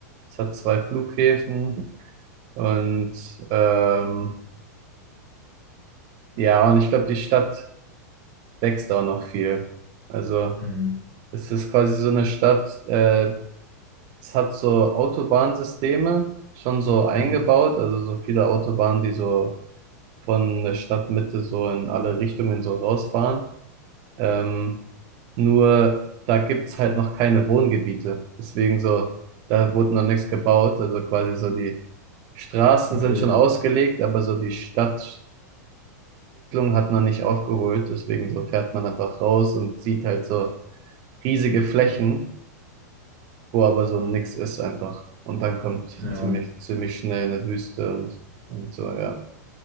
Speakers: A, on the right; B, on the right.
A: Es hat zwei Flughäfen und ähm, ja, und ich glaube, die Stadt wächst auch noch viel. Also
B: Hm.
A: es ist quasi so eine Stadt, äh, es hat so Autobahnsysteme schon so eingebaut,
B: Hm.
A: also so viele Autobahnen, die so von der Stadtmitte so in alle Richtungen so rausfahren. Ähm, nur da gibt's halt noch keine Wohngebiete. Deswegen so, da wurde noch nichts gebaut. Also quasi so die Straßen
B: Okay.
A: sind schon ausgelegt, aber so die Stadtentwicklung hat noch nicht aufgeholt. Deswegen so fährt man einfach raus und sieht halt so riesige Flächen, wo aber so nix ist einfach. Und dann kommt
B: Ja.
A: ziemlich, ziemlich schnell eine Wüste und, und so, ja.